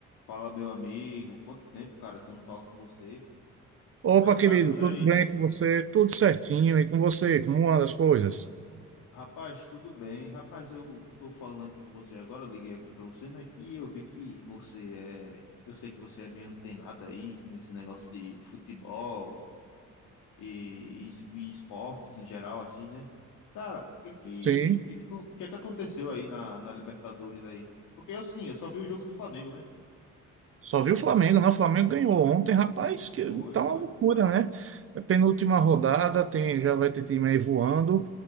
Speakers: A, on the left; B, on the right.
A: Fala, meu amigo. Quanto tempo, cara, que eu não falo com você?
B: Opa,
A: Como é que
B: querido,
A: tá as coisas
B: tudo
A: aí?
B: bem com você? Tudo certinho. E com você? Como andam as coisas?
A: Rapaz, tudo bem. Rapaz, eu tô falando aqui com você agora, eu liguei aqui pra você, né? Que eu vi que você é. Eu sei que você é meio antenado aí nesse negócio de futebol e, e- e esportes em geral, assim, né? Cara, o que é que,
B: Sim.
A: que, é que, que é que aconteceu aí na, na Libertadores aí? Porque assim, eu só vi o jogo do Flamengo, né?
B: Só viu o Flamengo, né? O Flamengo ganhou ontem, rapaz, que
A: Foi,
B: tá
A: foi.
B: uma loucura, né? É Penúltima rodada, tem, já vai ter time aí voando.